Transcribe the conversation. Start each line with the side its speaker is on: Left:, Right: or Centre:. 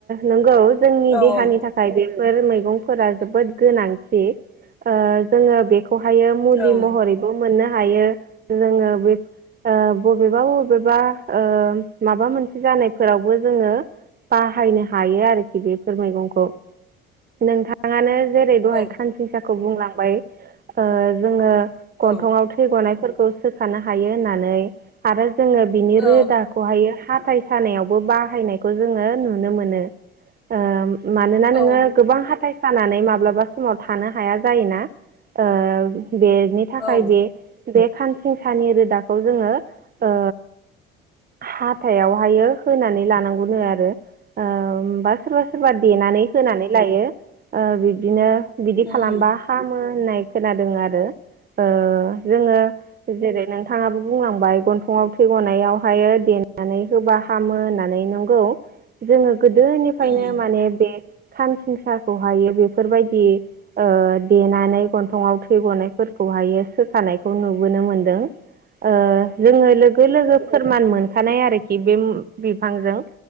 Right: नंगौ जोंनि
Left: औ
Right: देहानि
Left: औ
Right: थाखाय बे फोर मैगंफोरा जबोद गोनांथि ओ जोङो बे खौहायो मुलि
Left: औ
Right: महरैबो मोननो हायो। जोङो बे ओ बबेबा बबेबा ओ माबा मोनसे जानायफोरावबो जोङो बाहायनो हायो आरोखि बेफोर मैगंखौ। नोंथाङानो जेरै दहाय
Left: औ
Right: खानसिंसाखौ बुंलांबाय ओ जोङो गन्थङाव
Left: औ
Right: थै गनायफोरखौ सोखानो हायो होननानै आरो जोङो बिनि
Left: औ
Right: रोदाखौ बियो हाथाय सानायावबो बाहायनायखौ जोङो नुनो मोनो ओ मानोना
Left: औ
Right: नोङो गोबां हाथाय सानानै माब्लाबा समाव थानो हाया जायोना ओ बेनि थाखाय
Left: औ ओ
Right: बे खानसिंसानि रोदाखौ जोङो ओ हाथायाव हायो होनानै लानांगौनो आरो ओम बा सोरबा सोरबा देनानै होनानै लायो बिब्दिनो बिदि
Left: उम
Right: खालामबा हामो। होननाय खोनादों आरो ओ जोङो जेरै नोंथां थाङाबो बुंलांबाय गन्थङाव थै गनायाव देनानै होबा हामो होननानै नंगौ। जोङो गोदोनिफ्रायनो
Left: उम
Right: माने बे खानसिंसाखौ हाय बेफोरबायदि देनानै गन्थङाव थै गनायफोरखौ हाय सोखानायखौ नुबोनो मोनदों। ओ जोङो लोगो लोगो फोरमान मोनखानाय आरोखि बे बिफांजों